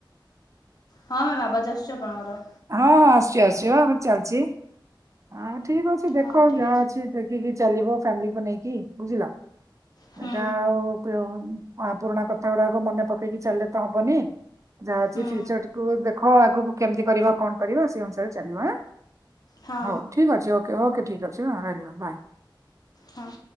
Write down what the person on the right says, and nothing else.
ହଁ ହଁ ଆସୁଚି ଆସୁଚି ହଁ ଆମର ଚାଲଚି। ଆଁଟ୍ ଠିକ୍ ଅଛି ଦେଖ
ଯାହା ଅଛି ଦେଖିକି ଚାଲିବ ଫ୍ୟାମିଲିକୁ ନେଇକି ବୁଝିଲ।
ହେଟା ଆଉ ପିଅ ହଁ ପୁରୁଣା କଥା ଗୁଡ଼ାକ ମନେ ପକେଇକି ଚାଲିଲେ ତ ହବନି ଯାହା ଅଛି
ଫିଉଚଡ଼କୁୁ ଦେଖ ଆଗୁକୁ କେମତି କରିବା କଣ କରିବା ସେଇ ଅନୁସାରେ ଚାଲିବ ଆଁ।
ହଉ ଠିକ୍ ଅଛି ଓ କେ ଓକେ ଠିକ୍ ଅଛି ହଁ ରହିଲି ହଁ ବାଏ।